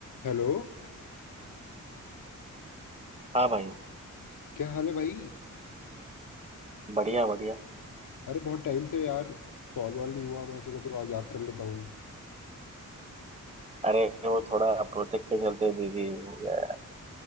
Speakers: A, on the left (about 85°); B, on the right (about 20°).
A: Hello
B: हाँ भाई
A: क्या हाल है भाई
B: बढ़िया बढ़िया
A: अरे बहुत टाइम से यार कॉल वॉल नहीं हुआ मैं सोचा थोड़ा याद कर लेता हूँ
B: अरे वो थोड़ा प्रोजेक्ट के चलते बिजी हो गया है